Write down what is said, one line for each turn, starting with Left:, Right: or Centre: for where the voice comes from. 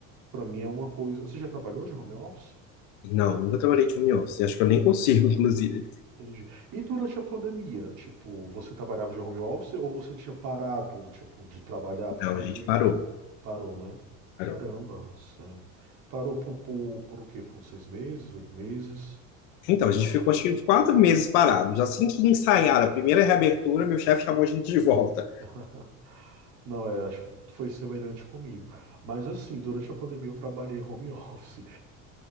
Right: Para mim é uma coisa. Você já trabalhou de home office?
Left: Não, nunca trabalhei de home office. Acho que eu nem consigo, <laughs> inclusive.
Right: Entendi. E durante a pandemia, tipo, você trabalhava de home office ou você tinha parado, tipo, de trabalhar
Left: Não,
Right: porque teve...
Left: a gente parou.
Right: Parou, né? Caramba,
Left: Parou.
Right: sério. Parou por, por, por o quê? Por uns seis meses, oito meses?
Left: Então,
Right: Um
Left: a gente
Right: ano.
Left: ficou acho que uns quatro meses parados. Assim que ensaiaram a primeira reabertura, meu chefe chamou a gente de volta.
Right: <laughs> Não, é, acho que foi semelhante comigo. Mas assim, durante a pandemia eu trabalhei home <laughs> office.